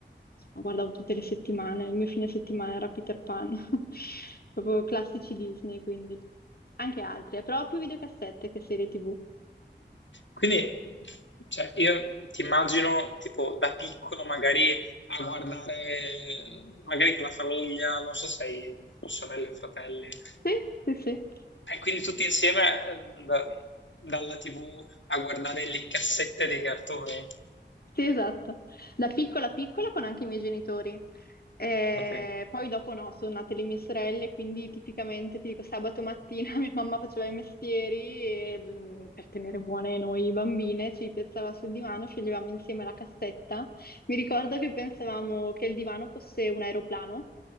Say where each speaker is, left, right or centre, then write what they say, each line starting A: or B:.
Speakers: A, on the left (about 55°); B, on the left (about 80°).
A: insomma, guardavo tutte le settimane, il mio fine settimana era Peter Pan, <laughs> proprio classici Disney, quindi anche altri, eh, però più videocassette che serie TV.
B: Quindi, cioè, io ti immagino tipo da piccolo magari a guardare, magari con la famiglia, non so se hai sorelle o fratelli, e
A: Sì, sì, sì,
B: quindi tutti insieme eh, da- dalla TV a guardare le cassette dei cartoni.
A: sì, esatto. Da piccola piccola con anche i miei genitori. Eh,
B: Ok.
A: poi dopo no, sono nate le mie sorelle, quindi tipicamente ti dico sabato mattina <laughs> mia mamma faceva i mestieri e mm, per tenere buone noi bambine ci piazzava sul divano, sceglievamo insieme la cassetta. Mi ricordo che pensavamo che il divano fosse un aeroplano